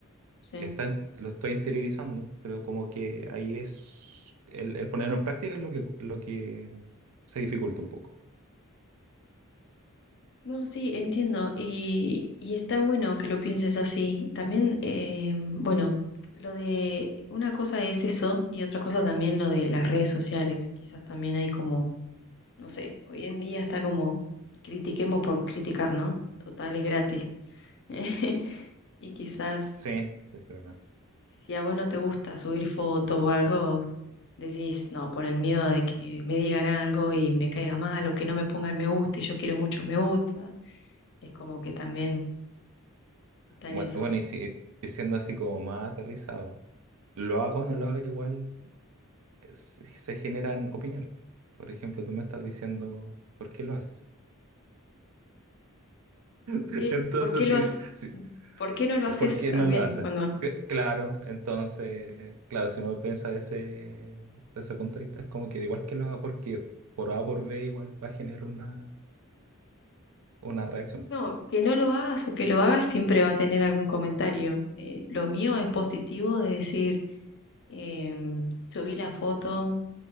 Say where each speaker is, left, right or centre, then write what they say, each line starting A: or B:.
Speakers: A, on the left (about 55°); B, on the right (about 75°).
A: Sí.
B: está en- lo estoy interiorizando, pero como que
A: Sí,
B: ahí
A: sí, sí.
B: es el, el ponerlo en práctica es lo que, lo que se dificulta un poco.
A: No, sí, entiendo. Y, y está bueno que lo pienses así. También, eh, bueno, lo de una cosa es eso y otra cosa también lo de las redes sociales. Quizás también hay como, no sé, hoy en día está como critiquemos por criticar, ¿no? Total, es gratis. <laughs> Y quizás
B: Sí, sí, es verdad.
A: si a vos no te gusta subir fotos o algo, decís, no, por el miedo de que me digan algo y me caiga mal o que no me pongan me gusta y yo quiero muchos me gusta Es como que también está
B: Bueno,
A: en eso.
B: bueno, y si y siendo así como más aterrizado, lo haga o no lo haga igual, es- se se generan opiniones. Por ejemplo, tú me estás diciendo, ¿por qué lo haces? <laughs>
A: ¿Por qué,
B: Entonces,
A: por qué lo
B: si,
A: has-
B: si,
A: por qué no lo haces
B: ¿Por qué
A: también
B: no lo hacen?
A: o no?
B: Cl- Claro, entonces, claro, si uno piensa de ese, de ese punto de vista, es como que da igual que lo haga porque por A o por B igual va a generar una, una reacción.
A: No, que no lo hagas o que lo hagas siempre va a tener algún comentario. Eh, lo mío es positivo de decir, eh, subí la foto,